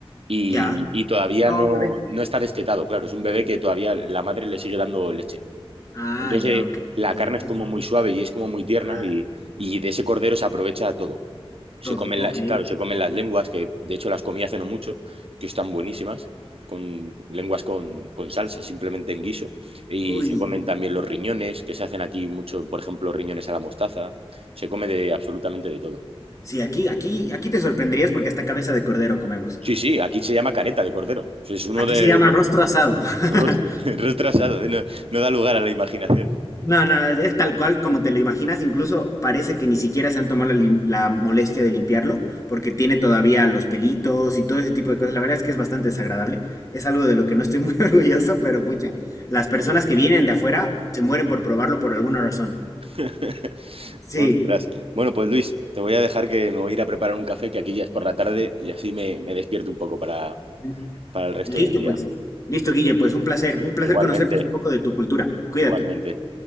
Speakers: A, on the right; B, on the left.
A: y,
B: Ya.
A: y todavía
B: Ah,
A: no,
B: oh, bebé.
A: no está destetado. Claro, es un bebé que todavía la madre le sigue dando leche.
B: Ah,
A: Entonces,
B: ya,
A: eh,
B: ok.
A: la
B: ok,
A: carne
B: Entonces,
A: es como muy suave y es como muy tierna
B: claro,
A: y, y de ese cordero se aprovecha todo. Se
B: todo.
A: comen
B: Ok.
A: las, claro, se comen las lenguas, que de hecho las comí hace no mucho, que están buenísimas, con lenguas con, con salsa, simplemente en guiso. Y
B: Uy.
A: se comen también los riñones, que se hacen aquí mucho, por ejemplo, riñones a la mostaza. Se come de absolutamente de todo.
B: Sí, aquí, aquí, aquí te sorprenderías porque hasta cabeza de cordero comemos.
A: Sí, sí, aquí se llama careta de cordero. Eso Es uno
B: Aquí
A: de
B: se llama rostro asado. <laughs>
A: rostro, <laughs> rostro asado, ¿eh? no, no da lugar a la imaginación.
B: No, no, es tal cual como te lo imaginas, incluso parece que ni siquiera se han tomado la, lim- la molestia de limpiarlo, porque tiene todavía los pelitos y todo ese tipo de cosas. La verdad es que es bastante desagradable, es algo de lo que no estoy muy <laughs> orgulloso, pero pucha, las personas
A: Anda.
B: que vienen de afuera se mueren por probarlo por alguna razón.
A: <laughs>
B: Sí,
A: Ostras. Bueno, pues Luis, te voy a dejar que me voy a ir a preparar un café, que aquí ya es por la tarde y así me, me despierto un poco para,
B: Ujú.
A: para el resto
B: listo
A: del día.
B: pues, listo Guille, pues un placer, un placer
A: Igualmente,
B: conocer pues un poco de tu cultura. Cuídate,
A: igualmente.